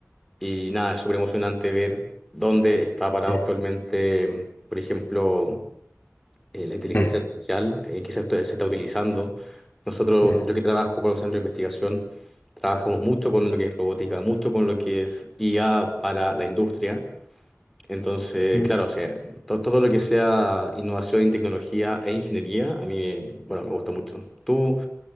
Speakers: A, in the centre; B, on the left.
A: Y nada, es súper emocionante ver dónde está parado
B: eh,
A: actualmente, por ejemplo, eh, la inteligencia
B: eh,
A: artificial, eh, que se está, se está utilizando. Nosotros,
B: eh,
A: yo que trabajo por un centro de investigación, trabajamos mucho con lo que es robótica, mucho con lo que es IA para la industria. Entonces,
B: eh,
A: claro, o sea, to- todo lo que sea innovación en tecnología e ingeniería, a mí, bueno, me gusta mucho. ¿Tú